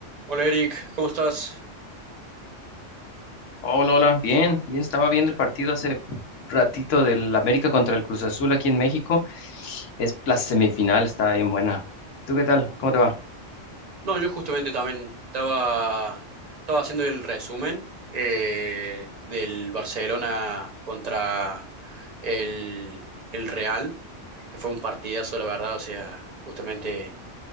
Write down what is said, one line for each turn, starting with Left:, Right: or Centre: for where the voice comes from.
Right: Hola Eric, ¿cómo estás?
Left: Hola, hola. Bien, bien, estaba viendo el partido hace ratito del América contra el Cruz Azul aquí en México. Es la semifinal, estaba bien buena. ¿Tú qué tal? ¿Cómo te va?
Right: No, yo justamente también estaba, estaba haciendo el resumen eh, del Barcelona contra el, el Real, que fue un partidazo, la verdad, o sea, justamente